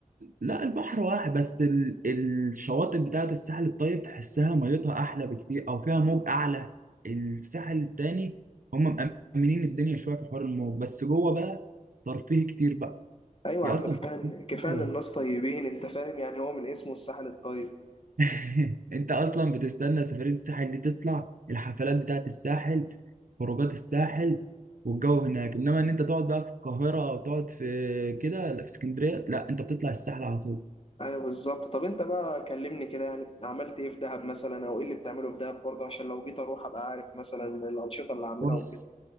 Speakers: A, on the right; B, on the left.
A: لا البحر واحد بس ال... الشواطئ بتاعت الساحل الطيب تحسها ميتها احلى بكتير او فيها موج اعلى الساحل التاني هم مأمنين الدنيا شويه في حوار الموج بس جوه بقى ترفيه كتير بقى
B: ايوه
A: هي
B: يا عم
A: اصلا
B: كفاية
A: في
B: إن-
A: الساحل
B: كفاية ان الناس طيبين انت فاهم يعني هو من اسمه الساحل الطيب
A: <laughs> انت اصلا بتستنى سفريه الساحل دي تطلع الحفلات بتاعت الساحل خروجات الساحل والجو هناك انما ان انت تقعد بقى في القاهره او تقعد في كده لا، في اسكندريه لا انت بتطلع الساحل على طول
B: ايوه بالظبط طب انت بقى كلمني كده يعني عملت ايه في دهب مثلا او ايه اللي بتعمله في دهب برضه عشان لو جيت اروح ابقى عارف مثلا الانشطة اللي هعملها
A: بص
B: وكده